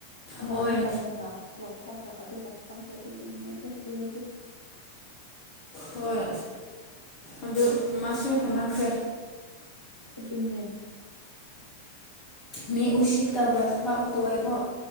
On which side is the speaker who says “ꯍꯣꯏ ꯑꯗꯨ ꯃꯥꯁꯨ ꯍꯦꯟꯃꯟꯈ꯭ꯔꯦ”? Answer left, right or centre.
Left